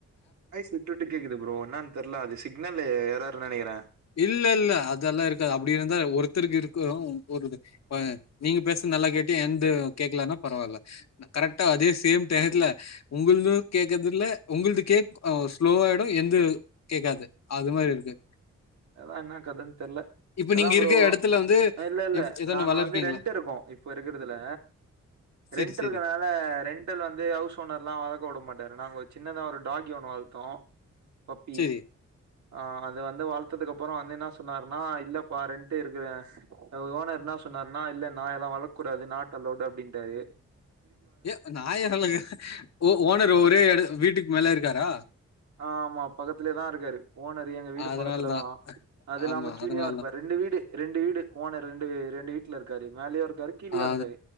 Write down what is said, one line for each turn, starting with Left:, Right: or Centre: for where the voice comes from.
Right: வாய்ஸ் விட்டு விட்டு கேக்குது ப்ரோ, என்னான் தெர்ல அது சிக்னலு எரர் நெனகிறே
Left: இல்ல இல்ல அதல்லா இருக்காது அப்டி இருந்தா ஒருத்தருக்கு இருக்கூ போறுது ப நீங்க பேசுன நல்லா கேட்டு என்து கேக்கலனா பரவால்ல கரெக்டா அதே சேம் டயத்ல உங்குளது கேக்கதில்ல, உங்களது கேக் அ ஸ்லோவாயிடு என்து கேட்காது அது மாரி இருக்கு
Right: அதா என்ன கதன் தெர்ல
Left: இப்ப
Right: அதா
Left: நீங்க
Right: ப்ரோ
Left: இருக்க எடத்துல வந்து
Right: இல்ல இல்ல
Left: எப் எதனா
Right: நாங்க
Left: வெல
Right: வந்து
Left: இருக்கீங்களா
Right: ரெண்ட் இருக்கோ இப்ப இருக்கிறதுல
Left: செரி
Right: ரெண்ட் இருக்கறனால
Left: செரி
Right: ரெண்டல் வந்து ஹவுஸ் ஓனர்லா வளக்க விட மாட்டாரு நாங்க ஒரு சின்னதா ஒரு டாக்கி ஒன்னு வள்த்தோ பப்பி
Left: செரி
Right: அ அது வந்து வளத்ததுக்கு அப்புறோ வந்து என்ன சொன்னாருனா இல்லப்பா ரெண்ட்டு இருக்கறே ஓனர் என்ன சொன்னார்னா இல்ல நாய் எல்லா வளக் கூடாது நாட் அலோடு அப்டின்டாரு
Left: ஏ நாய <inaudible> ஓ ஓனரு ஒரே எட வீட்டுக் மேல இருக்காரா
Right: ஆ ஆமா பக்கத்திலயேதா இருக்காரு ஓனரு எங்க வீடு
Left: அதனால
Right: பக்கத்துலதா
Left: தா
Right: அது இல்லாம
Left: ஆமா
Right: கீழயு
Left: அதனால
Right: இருப்பாரு
Left: தா
Right: ரெண்டு வீடு ரெண்டு வீடு ஓனர் ரெண்டு ரெண்டு வீட்லருக்காரு மேலயு ர்காரு கீழியு
Left: அ
Right: இருக்காரு